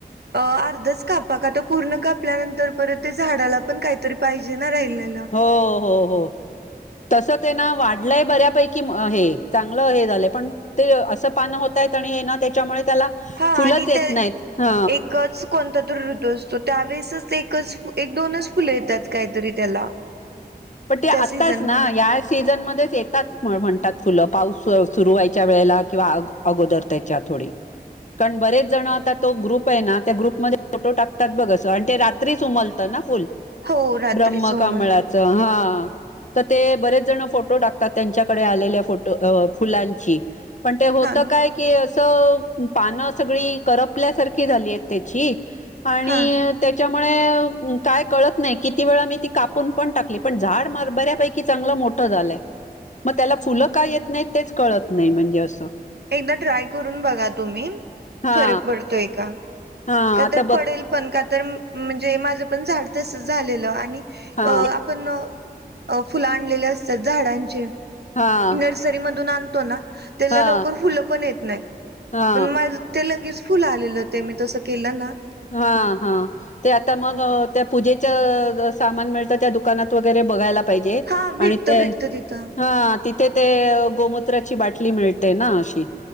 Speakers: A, on the right (about 85°); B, on the left (about 50°).
A: अ अर्धच कापा का तर पूर्ण कापल्यानंतर परत त्या झाडाला पण काहीतरी पाहिजे ना राहिलेला
B: हो हो हो. तसं ते ना वाढलंय बऱ्यापैकी हे चांगलं हे झालंय पण ते असं पानं होतय आणि हे ना त्याच्यामुळे त्याला
A: हा
B: फुलंच
A: आणि
B: येत
A: त्या
B: नाहीत ह
A: एकच कोणता तर ऋतू असतो त्यावेळेसच एकच एक दोनच फुलं येतात काहीतरी त्याला
B: पण ते आताच
A: त्या सीझन
B: ना
A: मध्ये
B: या सीझनमध्येच येतात. म्हणतात फुलं पाऊस सुरू व्हायच्या वेळेला किंवा अगोदर त्यायच्या थोडी कारण बरेच जण आता तो ग्रुप आहे ना त्या ग्रुपमध्ये फोटो टाकतात बघस आणि ते रात्रीच उमलत ना फुल
A: हो रात्रीच
B: ब्रह्मकमळाच
A: उमलत
B: हा तर ते बरेच जण फोटो टाकतात त्यांच्याकडे आलेल्या फोटो फुलांची पण ते होतं
A: हा.
B: काय क असं पान सगळी करपल्यासारखी झालीय त्याची आणि
A: हा
B: त्याच्यामुळे काय कळतं नाही किती वेळा मी ती कापून पण टाकली पण झाड मारबऱ्यापैकी चांगलं मोठं झालंय मग त्याला फुलं काय येत नाही तेच कळतं नाही म्हणजे असं
A: एकदा ट्राय करून बघा तुम्ही
B: हा
A: फरक पडतोय का
B: हा
A: का
B: आता
A: तर
B: बघ
A: पडेल पण का तर म्हणजे माझं पण झाड तसच झालेलं
B: हा
A: अ आपण फुलं आणलेली असतात झाडांचे
B: हा
A: नर्सरी मधून आणतो ना त्याला
B: हा
A: लगेच फुलं पण येत नाहीत
B: हा
A: माझं ते फुल आलेलं ते मी तसं केलं ना
B: हा हा ते आता मग त्या पूजेच्या सामान मिळतं त्या दुकानात वगैरे बघायला पाहिजे
A: हा भेटत
B: आणि ते
A: भेटत तिथं
B: हा ते ते गोमत्राची बाटली मिळते ना अशी